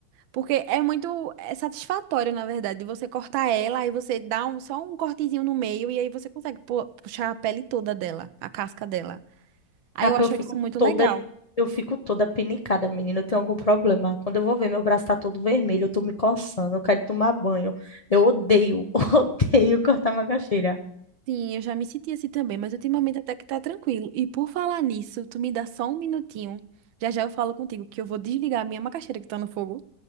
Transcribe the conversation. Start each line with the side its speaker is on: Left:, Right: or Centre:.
Right: Porque é muito é satisfatório, na verdade, você cortar ela, aí você dá um, só um cortezinho no meio e aí você consegue pu- puxar a pele toda dela, a casca dela. Aí
Left: Ah,
Right: eu
Left: pô,
Right: acho
Left: eu fico
Right: isso muito
Left: toda,
Right: legal.
Left: eu fico toda pinicada, menina. Eu tenho algum problema. Quando eu vou ver, meu braço tá todo vermelho, eu tô me coçando, eu quero tomar banho. Eu odeio, <laughs> odeio cortar macaxeira.
Right: Sim, eu já me senti assim também, mas ultimamente até que tá tranquilo. E por falar nisso, tu me dá só um minutinho. Já já eu falo contigo que eu vou desligar a minha macaxeira que tá no fogo.